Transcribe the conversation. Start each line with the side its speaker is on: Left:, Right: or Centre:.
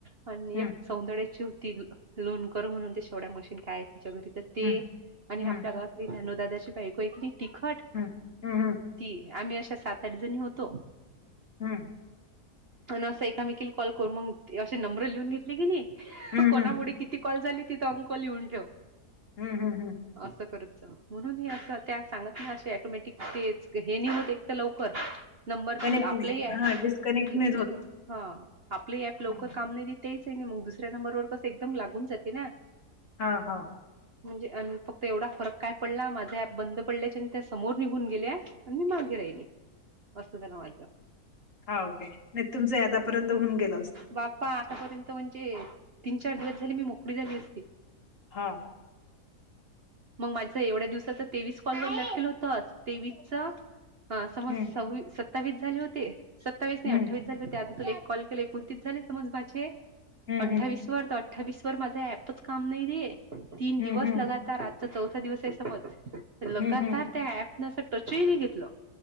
Right: पण एक
Left: हं,
Right: सौंदड्याची होती लोण कर म्हणून, ते शेवढ्या मशीन काय आहे तिच्या घरी तर ते
Left: हं.
Right: आणि
Left: हं,
Right: आपल्या गावातली ज्ञानू दादाची बायको आहे की नाही तिखट.
Left: हम्, हम्-हम.
Right: ती, आम्ही अशा सात, आठ जणी होतो.
Left: हम्म.
Right: अ असं एकामेकीला कॉल करू मग, असे नंबर लिहून घेतले की नाही,
Left: हं,
Right: कोणामुळे
Left: हं.
Right: किती कॉल झाली तिथं अंक लिहून ठेव.
Left: हम्, हम्म-हम्म.
Right: असं करत जा, म्हणून हे असं त्या सांगत हा असे ऑटोमॅटिक तेच हे नाहीय ते एक तर लवकर. नंबर
Left: कनेक्ट
Right: आपलंही
Left: नाही
Right: ऍप
Left: हां, डिस्कनेक्ट
Right: आपलं
Left: नाही होत.
Right: हा आपलं ऍप लवकर
Left: हं.
Right: काम नाही देत. तेच आहे नाही मग दुसऱ्या नंबरवर कस एकदम लागून जाते ना.
Left: हा हा
Right: म्हणजे अ फक्त एवढा फरक काय पडला माझा ॲप बंद पडल्याचे आणि त्या समोर निघून गेल्या. आणि मी मागे राहिली अस्स झाल माझ.
Left: हाव काय नाही तुमचं आतापर्यंत होऊन गेल असत.
Right: बाप्पा आतापर्यंत म्हणजे तीन चार दिवस झाले मी मोकळी झाली असती.
Left: हा.
Right: मग माझ एवढ्या दिवसाचच तेवीस कॉल <unintelligible> होतस तेवीस च अ समज
Left: हं,
Right: सव सव्वीस सत्त सत्तावीस झाले होते सत्तावीस नाही
Left: हं.
Right: अठ्ठावीस झाले होते आता तुला एक कॉल केले एकोणतीस झाले समज माझे.
Left: हं,
Right: अठ्ठावीस
Left: हं.
Right: वर तर अठ्ठावीस वर माझा ऍपच काम नाही दे तीन
Left: हं,
Right: दिवस
Left: हं.
Right: लगा तर आजचा चौथा दिवस आहे समज. लगातार
Left: हं, हं.
Right: त्या ऍप न असं टच ही नाही घेतलं.